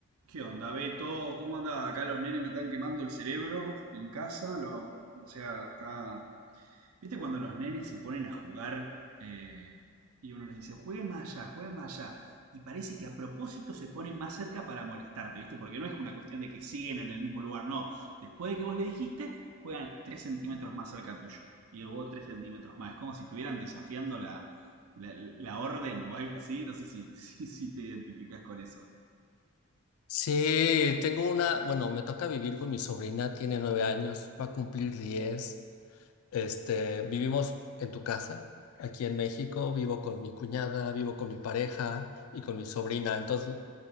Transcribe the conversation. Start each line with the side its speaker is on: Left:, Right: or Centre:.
Right: ¿Qué onda, Beto? ¿Cómo anda? Acá los nenes me están quemando el cerebro en casa. Lo, o sea, está. ¿Viste cuando los nenes se ponen a jugar eh, y uno les dice, jueguen más allá, jueguen más allá? Y parece que a propósito se ponen más cerca para molestarte, ¿viste? Porque no es una cuestión de que siguen en el mismo lugar, no. Después de que vos le dijiste, juegan 3 centímetros más cerca tuyo. Y luego 3 centímetros más. Es como si estuvieran desafiando la, la- la orden o algo así. No sé si, <laughs> si, si te identificás con eso.
Left: Sí, tengo una, bueno, me toca vivir con mi sobrina, tiene nueve años, va a cumplir diez. Este, vivimos en tu casa, aquí en México, vivo con mi cuñada, vivo con mi pareja y con mi sobrina. Entonces,